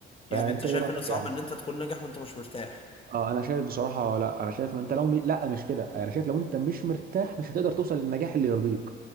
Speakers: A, on the left; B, on the right.
A: يعني
B: فانت
A: انت شايف
B: ايه رايك
A: ان صعب
B: يعني
A: ان انت تكون ناجح وانت مش مرتاح
B: اه انا شايف بصراحه لا انا شايف ما انت لو م... لا مش كده انا شايف لو انت مش مرتاح مش هتقدر توصل للنجاح اللي يرضيك